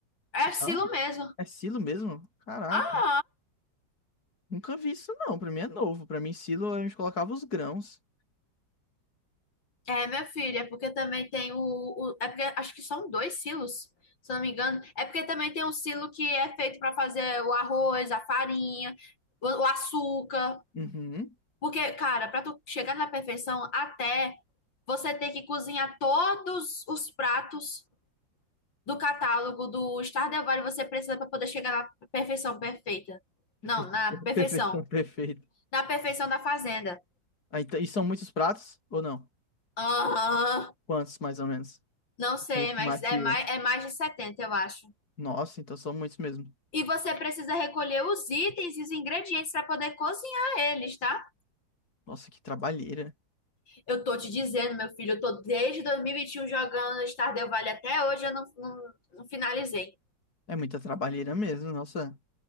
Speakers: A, on the left; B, on the left.
A: é silo
B: Não?
A: mesmo.
B: É silo mesmo? Caraca.
A: Ah,
B: Nunca vi isso, não. Pra mim é novo. Pra mim, silo, a gente colocava os grãos.
A: ah. é, meu filho, é porque também tem o, o- É porque acho que são dois silos, se eu não me engano. É porque também tem um silo que é feito para fazer o arroz, a farinha, o, o açúcar.
B: Uhum.
A: Porque, cara, para tu chegar na perfeição, até você ter que cozinhar todos os pratos do catálogo do Stardew Valley você precisa para poder chegar na perfeição perfeita.
B: <laughs>
A: Não, na perfeição.
B: Perfeição, perfeita.
A: Na perfeição da fazenda.
B: Ah, então, e são muitos pratos ou não?
A: Aham.
B: Quantos, mais ou menos?
A: Não sei,
B: Tem estimativa.
A: mas é mais, é mais de 70 eu acho.
B: Nossa, então são muitos mesmo.
A: E você precisa recolher os itens e os ingredientes para poder cozinhar eles, tá?
B: Nossa, que trabalheira.
A: Eu tô te dizendo, meu filho, eu tô desde 2021 jogando Stardew Valley até hoje, eu não, não, não finalizei.
B: É muita trabalheira mesmo, nossa.